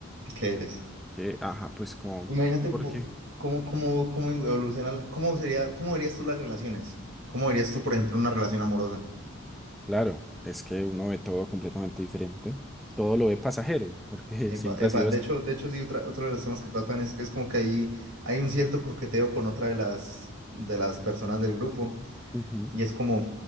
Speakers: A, on the right (about 80°); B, in the centre.
A: qué eres?
B: que, ajá, pues como,
A: Imagínate
B: ¿por
A: vo-
B: qué?
A: cómo, cómo, cómo evoluciona, cómo sería, cómo verías tú las relaciones. ¿Cómo verías tú, por ejemplo, una relación amorosa?
B: Claro, es que uno ve todo completamente diferente. Todo lo ve pasajero, porque
A: Epa,
B: <laughs> siempre
A: epa,
B: ha sido
A: de
B: así.
A: hecho, de hecho, sí, otra, otro de los temas que tratan es, es como que hay, hay un cierto coqueteo con otra de las, de las personas del grupo.
B: Ujú.
A: Y es como,